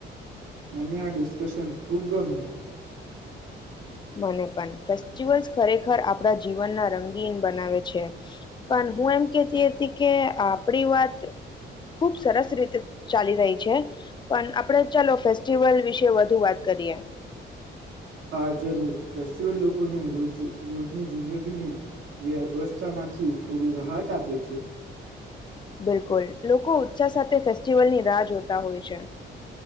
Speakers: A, on the right; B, on the left.
A: મને આ ડિસ્કશન ખૂબ ગમ્યું
B: મને પણ ફેસ્ટિવલસ ખરેખર આપણા જીવનના રંગીન બનાવે છે પણ હું એમ કેતી હતી કે આપડી વાત ખુબ સરસ રીતે ચાલી રહી છે પણ આપણે ચાલો ફેસ્ટિવલ વિશે વધુ વાત કરીએ
A: હા જરૂર ફેસ્ટિવલ લોકોને રોજ રોજની જિંદગીની વ્યવસ્થામાંથી થોડું રાહત આપે છે
B: બિલકુલ લોકો ઉત્સાહ સાથે ફેસ્ટિવલની રાહ જોતા હોય છે